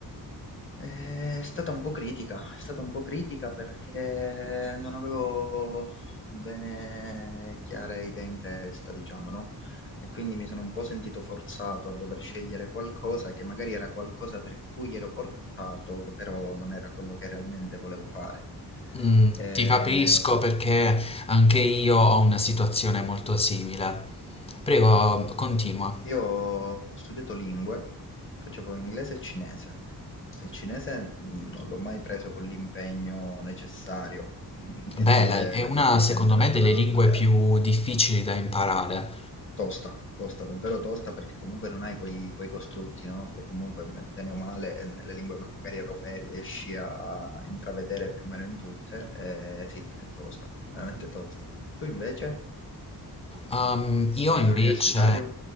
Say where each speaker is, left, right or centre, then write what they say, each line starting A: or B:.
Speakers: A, on the left (about 30°); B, on the left (about 15°).
A: Ehm, è stata un po' critica, è stata un po' critica perché non avevo bene chiare idee in testa, diciamo, no, e quindi mi sono un po' sentito forzato a dover scegliere qualcosa che magari era qualcosa per cui ero portato, che però non era quello che realmente volevo fare.
B: Mm,
A: Ehm
B: ti capisco perché anche io ho una situazione molto simile. Prego, continua.
A: Io ho studiato lingue, facevo inglese e cinese. Il cinese mh, non l'ho mai preso con l'impegno necessario <laughs> che
B: Bella,
A: ci voleva
B: è una,
A: effettivamente
B: secondo
A: per
B: me,
A: doverlo
B: delle lingue
A: studiare.
B: più difficili da imparare.
A: Tosta, tosta, davvero tosta perché comunque non hai quei, quei costrutti, no? Che comunque ben- bene o male eh, nelle lingue magari europee riesci a intravedere più o meno in tutte. Eh, sì, è tosta, veramente tosta. Tu invece, a
B: Um, io
A: livello
B: invece,
A: universitario?